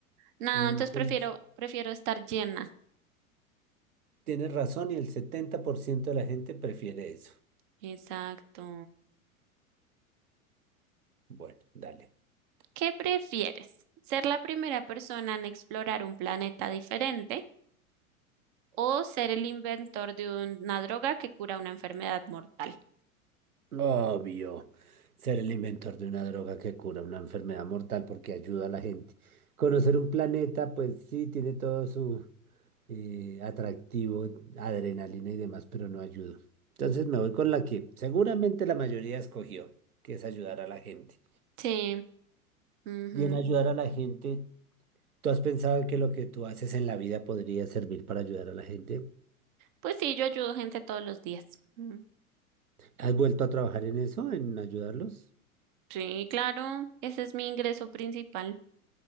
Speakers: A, on the right (about 35°); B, on the right (about 80°).
A: Nada,
B: Mm,
A: entonces prefiero,
B: que-
A: prefiero estar llena.
B: Tienes razón y el 70% de la gente prefiere eso.
A: Exacto.
B: Bueno, dale.
A: ¿Qué prefieres? ¿Ser la primera persona en explorar un planeta diferente o ser el inventor de una droga que cura una enfermedad mortal?
B: Obvio, ser el inventor de una droga que cura una enfermedad mortal porque ayuda a la gente. Conocer un planeta, pues sí, tiene todo su eh, atractivo, adrenalina y demás, pero no ayuda. Entonces me voy con la que seguramente la mayoría escogió, que es ayudar a la gente.
A: Sí. Ujú.
B: Y en ayudar a la gente, ¿tú has pensado que lo que tú haces en la vida podría servir para ayudar a la gente?
A: Pues sí, yo ayudo gente todos los días. Mm.
B: ¿Has vuelto a trabajar en eso, en ayudarlos?
A: Sí, claro, ese es mi ingreso principal.